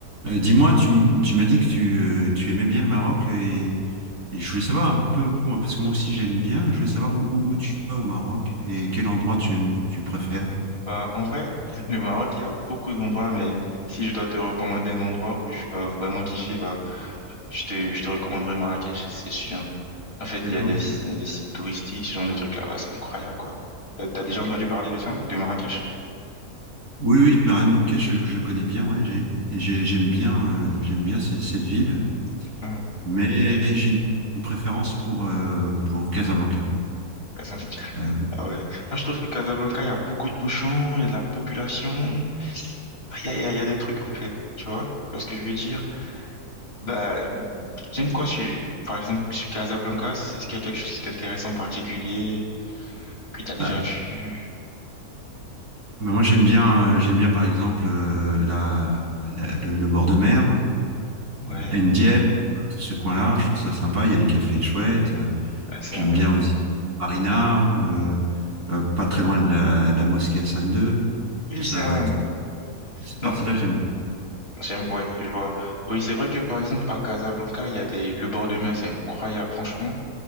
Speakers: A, on the right (about 75°); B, on the left (about 40°).
A: Euh, dis-moi, tu, m- tu m'as dit que tu, euh, tu aimais bien le Maroc et, et je voulais savoir un peu, moi, parce que moi aussi j'aime bien, je voulais savoir où, où- où tu vas au Maroc et quel endroit tu aimes, tu préfères.
B: Bah, en vrai, <laughs> le Maroc, il y a beaucoup d'endroits, mais si je dois te recommander un endroit où tu vas vraiment kiffer, bah, je te, je te recommanderais Marrakech, c'est sûr. En fait, il
A: D'accord.
B: y a des, des sites touristiques, ce genre de trucs là-bas, c'est incroyable, quoi. T'as, t'as déjà entendu parler de ça, de Marrakech?
A: Oui, oui, Marrakech, je, je connais bien, ouais, j'ai- j'ai- j'aime bien, euh, j'aime bien ce- cette ville,
B: Ah,
A: mais j'ai une, une préférence pour, euh, pour Casablanca.
B: Casablanca, <laughs>
A: Euh,
B: ah ouais. Moi, je trouve que Casablanca, il y a beaucoup de bouchons, il y a de la population, Ah, il y a, il y a, il y a des trucs, en fait, tu vois? Tu vois ce que je veux dire? Bah, j'aime quoi, sur, par exemple, sur Casablanca, est-ce qu'il y a quelque chose qui t'intéresse en particulier? que t'as déjà
A: ah,
B: vu.
A: bah, moi j'aime bien, euh, j'aime bien par exemple euh, la, la- le, le bord de mer,
B: Ouais,
A: Euh, Dieppe, tout ce coin-là, je trouve ça sympa. Il y a des cafés chouettes. euh,
B: ouais, c'est
A: j'aime
B: vrai.
A: bien aussi Marina, euh, euh, pas très loin de la, de la mosquée Hassan II. Je
B: Oui,
A: trouve ça,
B: c'est vrai.
A: cette
B: Non,
A: partie-là, j'aime.
B: c'est, ouais, je vois. Oui, c'est vrai que par exemple, à Casablanca, il y a des, le bord de mer, c'est incroyable, franchement.